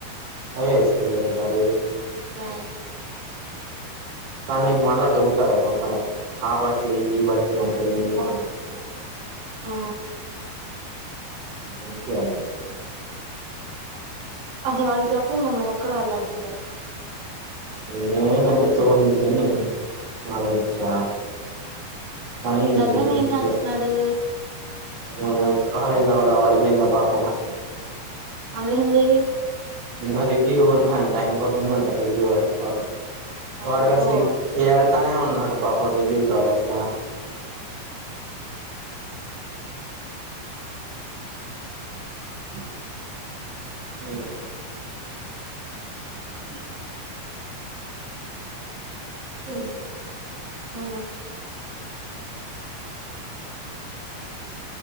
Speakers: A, on the right; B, on the right.
A: అవే వేసుకుంటాడా మరి
B: ఆ
A: కానీ మళ్ళా దగ్గుతాడేమో కాబట్ ఈ బట్లంటే అస్లా
B: ఆ
A: ఎందుకియ్యాలి
B: అహా అది చెప్పమన్నారు అక్కడ వెళ్లాల్సిందే
A: నే ఉంటే తోడు ఉంటదని నేను ఆలోచించా కానీ
B: కళ్యాణ్
A: ఇంకెందుకులే
B: ఏమ్ చేస్తున్నాడు
A: <unintelligible> కాలేజ్ అవ్వలే వాడికింక బా హస్ట్లా
B: అదేంది
A: ఇంక రివ్యూ వుందంట ఇంకోటుందంట రివ్యూ అయిపో
B: అబ్బో
A: వాడికసలీ ఎల్తానే ఉన్నాడు పాపమ రీవ్వూ కాదసలే అకా మ్మ్
B: పో
A: ఓ
B: ఆ